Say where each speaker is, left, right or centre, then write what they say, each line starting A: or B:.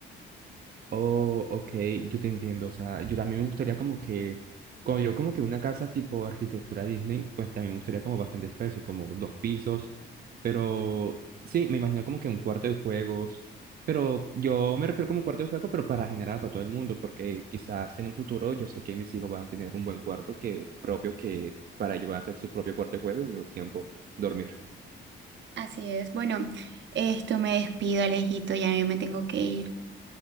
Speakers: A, on the right; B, on the right.
A: Oh, ok, yo te entiendo. O sea, yo también me gustaría como que, cuando yo como que una casa tipo arquitectura Disney, pues también me gustaría como bastante espeso, como dos pisos. Pero sí, me imagino como que un cuarto de juegos. Pero yo me refiero como cuarto de juego, pero para generar para todo el mundo, porque quizás en un futuro yo sé que mis hijos van a tener un buen cuarto que propio que para ellos va a ser su propio cuarto de juego y al mismo tiempo dormir.
B: Así es, bueno, esto me despido, Alejito, ya yo me tengo que ir.